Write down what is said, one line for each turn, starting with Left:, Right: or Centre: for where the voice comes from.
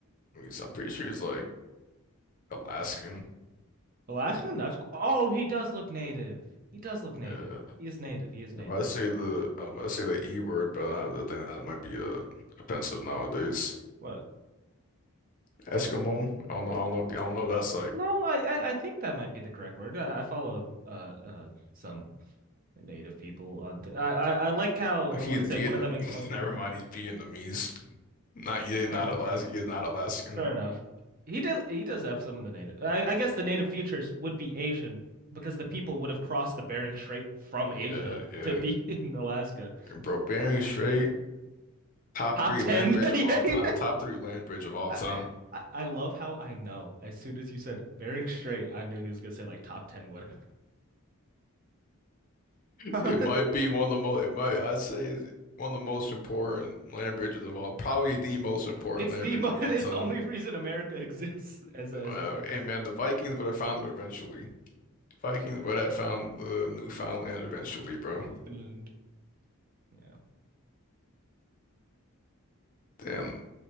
Left: He's- I'm pretty sure he's like Alaskan.
Right: <laughs> Alaskan? That's oh, he does look native. He does look native.
Left: Yeah.
Right: He is native. He is native.
Left: I'm about to say
Right: Native.
Left: the I'm about to say the E word, but I, I think that might be uh, offensive nowadays.
Right: What?
Left: Eskimo. I don't know. I don't know. I don't know. If that's like
Right: No, I, I I think that might be the correct word. I, I follow uh uh some native people on. t- I, I I like how uh,
Left: he's
Right: what I say?
Left: Vietnamese.
Right: One of them explained.
Left: <laughs> Never mind. He's Vietnamese. Not yeah.
Right: Fair
Left: Not
Right: enough.
Left: Alaskan. He's not Alaskan.
Right: Fair enough. He does he does have some of the native. I I guess the native futures would be Asian because the people would have crossed the Bering Strait from Asia
Left: Yeah. Yeah.
Right: to be <laughs> in Alaska.
Left: Bro, Bering Strait. Top
Right: Top
Left: three
Right: ten.
Left: land bridge
Right: <laughs> Yeah,
Left: of all time.
Right: yeah.
Left: Top three land bridge of all
Right: I,
Left: time.
Right: I I love how I know as soon as you said Bering Strait, I knew he was gonna say like top ten whatever. <laughs>
Left: It might be one of the most, it might, I'd say it's one of the most important land bridges of all, probably the most important
Right: It's
Left: land
Right: the
Left: bridge
Right: mo
Left: of
Right: <laughs>
Left: all
Right: it's
Left: time.
Right: the only reason America <laughs> exists as a as
Left: Uh,
Right: a country.
Left: and man, the Vikings would have found it eventually. Vikings would have found the Newfoundland eventually, bro.
Right: Newfoundland. Yeah.
Left: Damn,